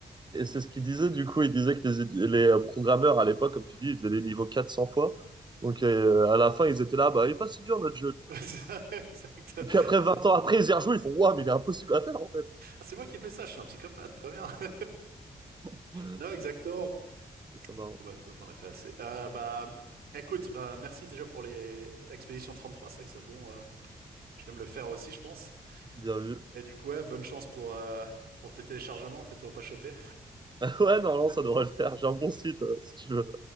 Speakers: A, on the right (about 30°); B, on the right (about 80°).
A: Et c'est ce qu'il disait, du coup, il disait que les, édu- les euh, programmeurs à l'époque, comme tu dis, ils faisaient les niveaux 400 fois. Donc euh, à la fin, ils étaient là, bah, il est pas si dur notre jeu,
B: <laughs>
A: tu vois.
B: c'est ça, exact.
A: Et puis après
B: Ah,
A: 20 ans après, ils y rejouent, ils font, waouh, mais il est impossible à faire en fait.
B: c'est moi qui ai fait ça, je suis un psychopathe, très bien. <laughs>
A: <laughs>
B: Non, exactement.
A: C'est ça marrant.
B: Bon, bah, top, on a fait assez. Euh, bah, écoute, bah, merci déjà pour les, l'expédition 33, c'est vrai que c'est bon, euh, je vais me le faire aussi, je pense.
A: Bien vu.
B: Et du coup, ouais, bonne chance pour, euh, pour tes téléchargements, fais-toi pas choper.
A: <laughs> Ouais, non, non, ça devrait le faire. J'ai un bon site, euh, si tu veux.